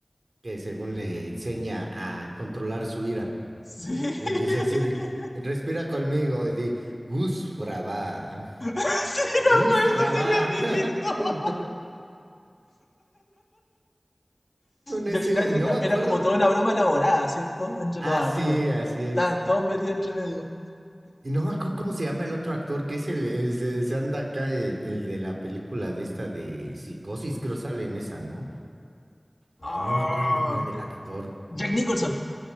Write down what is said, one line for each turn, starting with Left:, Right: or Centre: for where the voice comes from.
Right: que según le enseña a controlar su ira.
Left: Sí. <laughs>
Right: Le empieza a decir, respira conmigo, y di, Gus Brava,
Left: <laughs> Sí, me
Right: Gus
Left: acuerdo,
Right: Brava",
Left: sí lo he visto.
Right: <laughs> con
Left: Y
Right: este
Left: al final
Right: güey, no
Left: era-
Right: me acuerdo.
Left: era como toda una broma elaborada, ¿cierto? Entre
Right: Ah,
Left: los amigos.
Right: sí, así es.
Left: Estaban todos metidos entre medio.
Right: Y no me acuerdo cómo se llama el otro actor, que es el, el- se se anda acá el, el de la película de esta de Psicosis, creo sale en esa, ¿no?
Left: Ah,
Right: Pero no me acuerdo el nombre del actor.
Left: Jack Nicholson.